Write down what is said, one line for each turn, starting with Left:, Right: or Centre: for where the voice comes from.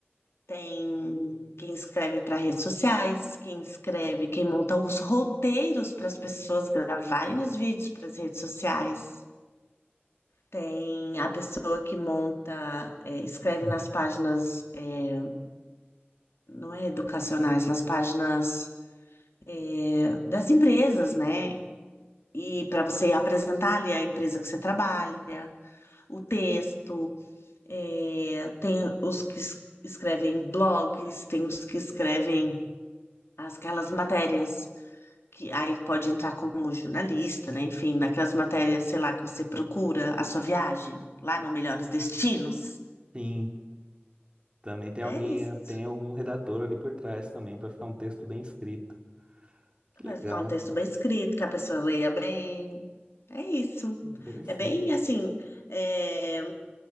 Left: Tem quem escreve para redes sociais, quem escreve, quem monta os roteiros para as pessoas gravarem os vídeos para as redes sociais. Tem a pessoa que monta, eh, escreve
Right: Hum.
Left: nas páginas, eh, não é educacionais, nas páginas, eh, das empresas, né? E para você apresentar ali a empresa que você trabalha, o texto, eh, tem os que es- escrevem blogs, tem os que escrevem aquelas matérias que aí pode entrar como jornalista, né? Enfim, naquelas matérias, sei lá, que você procura a sua viagem lá no Melhores Destinos.
Right: Sim, também tem
Left: É
Right: alguém,
Left: isso.
Right: eh, tem algum redator ali por trás também para ficar um texto bem escrito. Que
Left: Vai
Right: legal,
Left: ficar um texto bem escrito, que a pessoa leia bem. É isso.
Right: interessante.
Left: É bem assim, é,